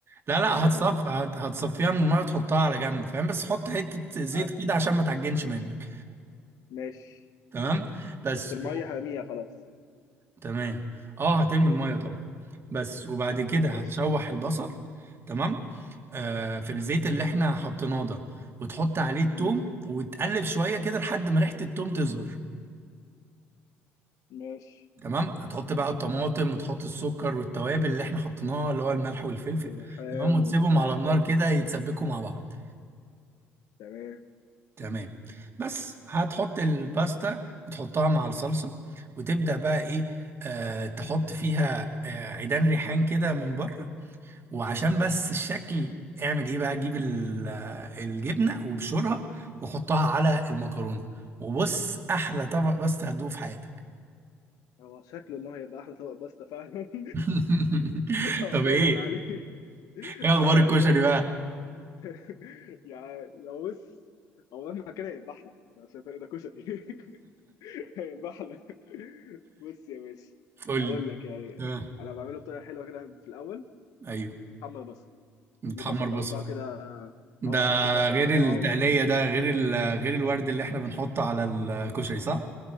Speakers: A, on the right; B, on the left.
A: لا لا
B: اتفق معايا
A: هتصف
B: دي
A: هت- هتصفيها من الميه وتحطها على جنب فاهم بس حط حته زيت
B: عك
A: كده عشان ما تعجنش منك
B: ماشي
A: تمام بس
B: بس المية
A: و...
B: هامية خلاص
A: تمام اه هترمي الميه طبعا بس وبعد كده
B: ماشي
A: هتشوح البصل تمام آه في الزيت اللي احنا حطيناه ده وتحط عليه التوم
B: مم.
A: وتقلب شويه كده لحد ما ريحه التوم تظهر
B: ماشي
A: تمام هتحط بقى الطماطم وتحط السكر والتوابل اللي احنا حطيناها اللي هو الملح والفلفل
B: الريحان
A: تمام وتسيبهم
B: والزعتر
A: على النار كده يتسبكوا مع بعض
B: تمام
A: تمام بس هتحط الباستا وتحطها مع الصلصة وتبدأ بقى ايه آه تحط فيها آه عيدان ريحان كده من بره وعشان بس الشكل اعمل ايه بقى جيب ال- آه، الجبنة وبشرها وحطها على المكرونة وبص احلى طبق باستا هتدوقه في حياتك
B: هو شكله ان هو هيبقى احلى طبق باستا فعلا <laughs>
A: <laughs>
B: اه
A: طب
B: باين
A: ايه
B: عليه <laughs>
A: ايه اخبار
B: ده عايز
A: الكشري
B: له فاهم
A: بقى
B: يعني <laughs> يا يا بص هو مهما كان هيبقى احلى عشان فاهم ده كشري <laughs> هيبقى احلى بص يا باشا
A: قول
B: اقول
A: لي
B: لك يعني
A: آه.
B: انا بعمله بطريقه حلوه كده في الاول
A: ايوه
B: محمر بصل
A: متحمر
B: دي بصل
A: بصل
B: تقطعه كده
A: ده
B: اه هات البصل
A: غير
B: قطعه
A: التقلية ده غير ال... غير الورد اللي احنا بنحطه على الكشري صح؟